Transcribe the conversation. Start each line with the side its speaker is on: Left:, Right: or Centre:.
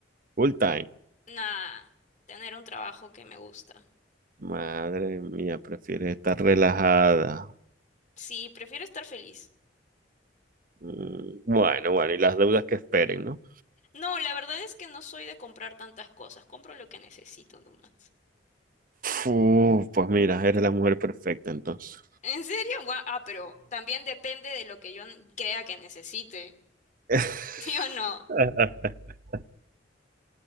Right: full time.
Left: nada, tener un trabajo que me gusta.
Right: Madre mía, prefieres estar relajada.
Left: Sí, prefiero estar feliz.
Right: Mm, Bueno, bueno, y las deudas que esperen, ¿no?
Left: No, la verdad es que no soy de comprar tantas cosas, compro lo que necesito nomás.
Right: Uf, pues mira, eres la mujer perfecta entonces.
Left: ¿En serio? Gua- Ah, pero también depende de lo que yo n- crea que necesite.
Right: <laughs>
Left: <laughs> ¿Sí o no?
Right: <laughs>